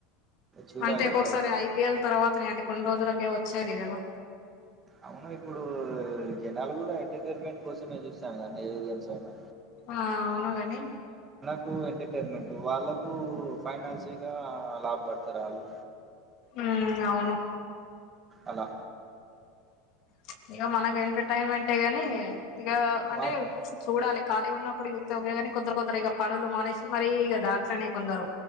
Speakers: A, on the right (about 25°); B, on the left (about 55°).
A: చూడాలి
B: అంటే
A: ఎప్పుడైతదో
B: ఒక్కొసారి ఐపీఎల్ తర్వాతనే అంటే కొన్ని రోజుల ఏ వచేరి కదా
A: అవును ఇప్పుడు జనాలు కూడా ఎంటర్టైన్మెంట్ కోసమే చూస్తాన్నారు కద ఏనేన్స్ అయినా
B: ఆ అవునుగని
A: టు ఎంటర్టైన్మెంట్ వాళ్ళకు ఫైనాన్షియల్ గా లాభ పడతారు ఆళ్ళు
B: ఉమ్ అవును
A: అలా
B: ప్చ్ ఇగ మనకి ఎంటర్టైన్మెంట్ ఏ గనీ ఇగ అంటే
A: వాళ్ళు
B: చూడాలి ఖాళీ ఉన్నప్పుడు ఇగ ఒత్తే గాని కొందరు కొందరు ఇక పనులు మానేసి మరీ దాంట్లోనే కొందరు